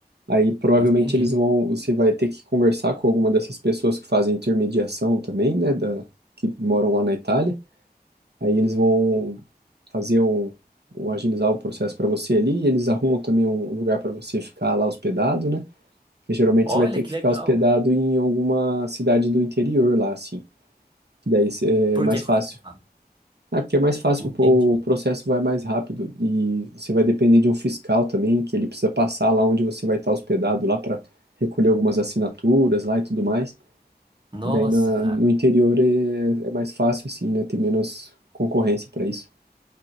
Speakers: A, on the right; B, on the right.
A: Aí provavelmente
B: Entendi.
A: eles vão, você vai ter que conversar com alguma dessas pessoas que fazem intermediação também, né, da, que moram lá na Itália. Aí eles vão fazer o, o agilizar o processo para você ali, e eles arrumam também um lugar para você ficar lá hospedado, né? Porque geralmente
B: Olha
A: você vai ter
B: que
A: que ficar
B: legal.
A: hospedado em alguma cidade do interior lá, assim, que daí é
B: Por
A: mais
B: que você
A: fácil
B: fala?
A: É porque é mais fácil,
B: Entendi.
A: pô, o processo vai mais rápido e você vai depender de um fiscal também, que ele precisa passar lá onde você vai estar hospedado lá para recolher algumas assinaturas lá e tudo mais.
B: Nossa,
A: E daí na-
B: cara.
A: no interior é, é mais fácil assim, né? Tem menos concorrência para isso.